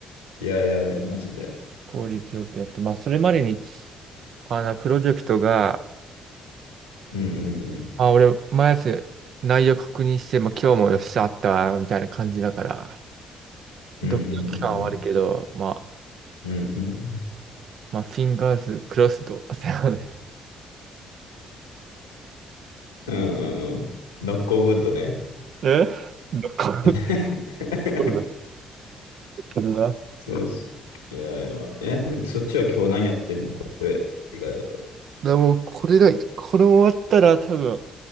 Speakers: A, on the left; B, on the right.
A: いやいやいや、マジで。
B: 効率よくやっと。まあ、それまでに、あの、プロジェクトが、
A: うんうんうん。
B: あ、俺、毎朝内容確認して、まあ、今日もよっしゃあったわ、みたいな感じだから、
A: うん
B: ドキドキ感はあるけど、まあ、
A: うんうんうんうんうん
B: まあ、フィンガーズクロスド。<laughs> そうね。
A: うんうんうん。ノックオウッドね。
B: え <laughs> どこ
A: <laughs>
B: どうだったかな
A: そうそう。いやいや。え、そっちは今日何やってんのこれ以外だと。
B: らもう、これだ、これ終わったら多分、